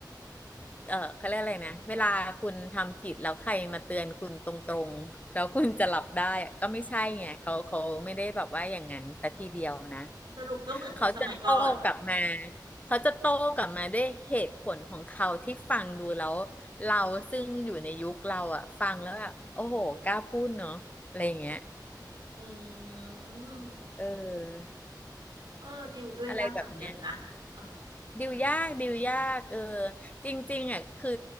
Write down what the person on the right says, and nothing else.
สรุปก็เหมือนคนสมัยก่อน
อืม
เออดิวด้วยยากเหมือนกันนะเออ